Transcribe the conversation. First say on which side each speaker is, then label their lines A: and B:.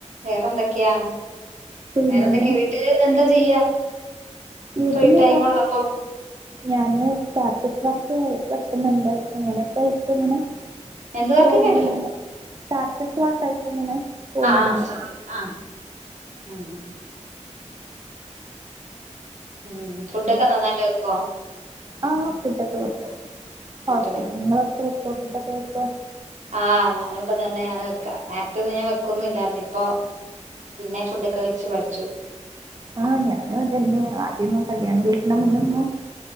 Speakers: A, on the right; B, on the right.
A: വേറെന്തൊക്കെയാണ്
B: പിന്നെ
A: വേറെ എന്തൊക്കെയാ വീട്ടി എന്താ ചെയ്യാ?
B: വീട്ടില്
A: ഫ്രീ ടൈം ഉള്ളപ്പോ
B: ഞാന സ്റ്റാറ്റസ് വർക്ക് വെക്കുന്നുണ്ട് വെക്കുന്നുണ്ട് അങ്ങനെയൊക്കെ ആയിട്ട് ഇങ്ങനെ
A: എന്ത് വർക്ക്
B: പോകുന്നു
A: കേട്ടില്ല
B: സ്റ്റാറ്റസ് വക്കായിട്ട് ഇങ്ങനെ പോകുന്നുണ്ട്
A: ആ ശരി ആ ആ ഉം ഫുഡൊക്കെ നന്നായിട്ട് വെക്കുവോ
B: ആഹ ഫുഡ് ഒക്കെ വെക്കും കുഴപ്പമില്ല
A: ഫുഡൊക്കെ
B: നിങ്ങളൊക്കെ വെക്കോ ഫുൊക്കെ വെക്കോ
A: ആഹ് ഞാനും ഇപ്പ തന്നെയാണ് വെക്ക നേരത്തെ ഒന്നും ഞാൻ വെക്കൊന്നും ഇല്ലായിുന്ന ഇപ്പൊ പിന്നെ ഫുഡൊക്കെ വെച്ച് പഠിച്ചു
B: ആഹ ഞാനും അതന്നെ ആദ്യൊന്നും കല്യാണം കേഴിക്കണം മുന്നൊന്നും